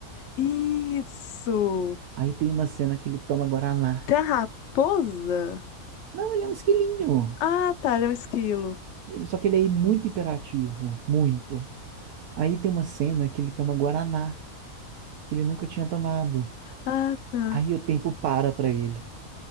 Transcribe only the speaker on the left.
isso.
Tem a raposa?
Ah, tá, ele é um esquilo.
Ah, tá.